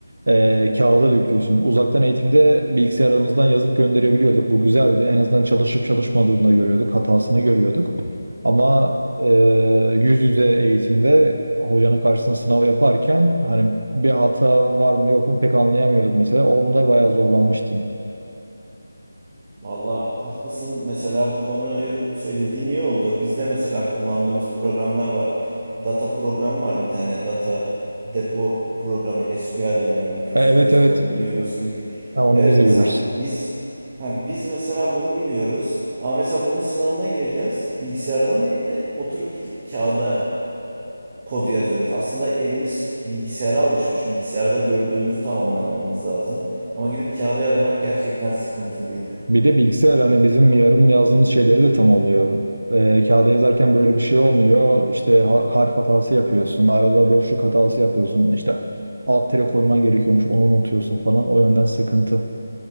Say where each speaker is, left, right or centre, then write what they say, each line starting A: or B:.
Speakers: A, on the right (about 75°); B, on the right (about 30°).
A: E, kağıda döküyorsun. Uzaktan eğitimde bilgisayarımızdan yazıp gönderebiliyorduk. Bu güzeldi. En azından çalışıp çalışmadığını da görüyorduk. Hatasını görüyorduk. Ama e, yüz yüze eğitimde hocanın karşısında sınav yaparken hani bir hata var mı yok mu pek anlayamıyorduk mesela. Onunla bayağı zorlanmıştım.
B: Valla haklısın. Mesela bu konuyu söylediğin iyi oldu. Bizde mesela kullandığımız programlar var. Data programı var bir tane. Data depo programı SQL denilen Microsoft
A: E, evet
B: SQL
A: evet
B: biliyor musun bilmiyorum.
A: Ha, onu
B: Evet
A: biz de
B: mesela
A: görürüz.
B: biz ha, biz mesela bunu biliyoruz. Ama mesela bunun sınavına gireceğiz. Bilgisayardan değil de oturup gidip kağıda kodu yazıyoruz. Aslında elimiz bilgisayara alışmış. Bilgisayarda gördüğümüzü tamamlamamız lazım. Ama gidip kağıda yazmak gerçekten sıkıntılıydı.
A: Bir de bilgisayar hani bizim yarım yazdığımız şeyleri de tamamlıyor. E, kağıda yazarken böyle bir şey olmuyor. İşte ha- harf hatası yapıyorsun. Arada boşluk hatası yapıyorsun. İşte alt tere koyman gerekiyormuş. Onu unutuyorsun falan. O yönden sıkıntı.